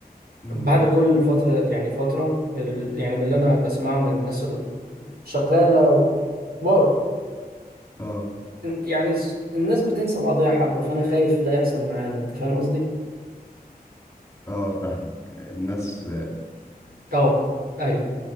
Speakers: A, on the left; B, on the right.
A: مم.
B: بعد كل فتره يعني فتره ال... يعني من اللي انا بسمعه من الناس الشغاله وبار
A: اه
B: يعني س- الناس بتنسى بعضيها حبه فانا خايف ده يحصل معانا انت فاهم قصدي
A: اه فاهمك الناس
B: اه ايوه